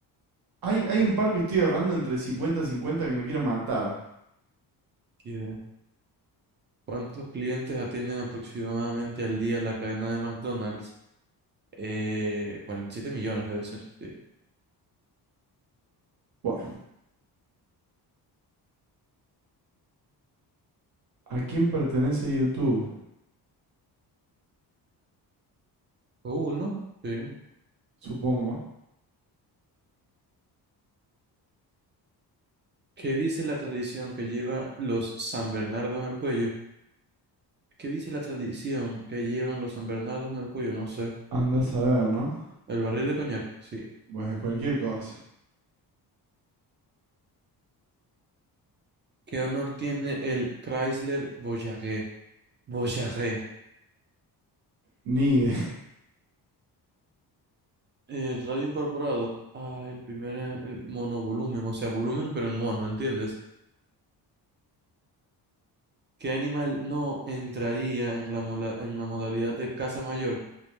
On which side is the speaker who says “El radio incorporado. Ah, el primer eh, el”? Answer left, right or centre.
Right